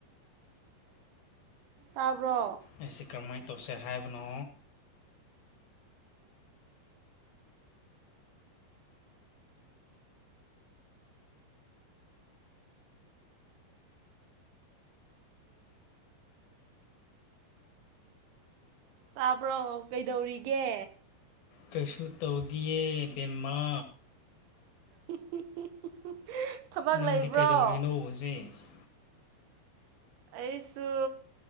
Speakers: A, on the right; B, on the left.
A: ꯇꯥꯕ꯭ꯔꯣ
B: ꯑꯦꯁꯤ ꯀꯃꯥꯏ ꯇꯧꯁꯦ ꯍꯥꯏꯕꯅꯣ
A: ꯇꯥꯕ꯭ꯔꯣ ꯀꯩꯗꯧꯔꯤꯒꯦ
B: ꯀꯩꯁꯨ ꯇꯧꯗꯤꯌꯦ ꯕꯦꯝꯃꯥ
A: <unintelligible> ꯊꯕꯛ
B: ꯅꯪꯗꯤ
A: ꯂꯩꯕ꯭ꯔꯣ
B: ꯀꯩꯗꯧꯔꯤꯅꯣ <unintelligible>
A: ꯑꯩꯩꯁꯨ